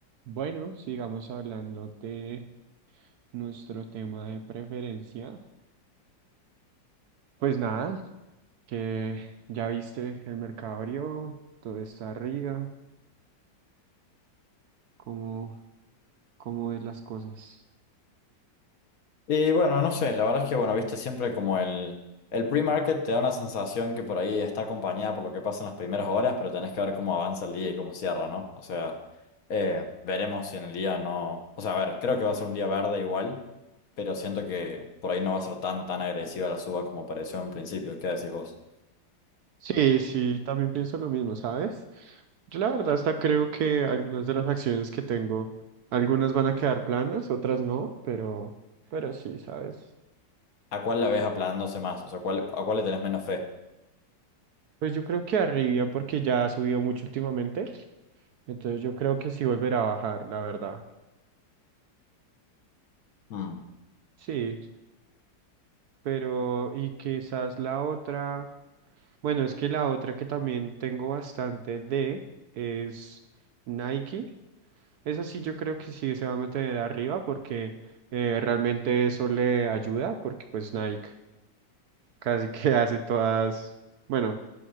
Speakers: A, on the right (about 70°); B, on the left (about 55°).
A: Bueno, sigamos hablando de nuestro tema de preferencia. Pues nada, que ya viste el mercado abrió, todo está arriba, cómo, cómo ves las cosas.
B: Y bueno, no sé, la verdad es que, bueno, viste, siempre como el, el pre-market te da una sensación que por ahí está acompañada por lo que pasa en las primeras horas, pero tenés que ver cómo avanza el día y cómo cierra, ¿no? O sea, eh, veremos si en el día no... O sea, a ver, creo que va a ser un día verde igual, pero siento que por ahí no va a ser tan, tan agresiva la suba como pareció en principio. ¿Qué decís vos?
A: Sí, sí, también pienso lo mismo, ¿sabes? Yo la verdad hasta creo que algunas de las acciones que tengo, algunas van a quedar planas, otras no, pero, pero sí, ¿sabes?
B: ¿A cuál la ves aplanándose más? O sea, ¿cuál, a cuál le tenés menos fe?
A: Pues yo creo que arriba porque ya ha subido mucho últimamente, entonces yo creo que sí volverá a bajar, la verdad.
B: Mm.
A: Sí. Pero, y quizás la otra, bueno, es que la otra que también tengo bastante de es Nike. Esa sí yo creo que sí se va a mantener arriba porque eh, realmente eso le ayuda porque pues Nike casi que <laughs> hace todas, bueno,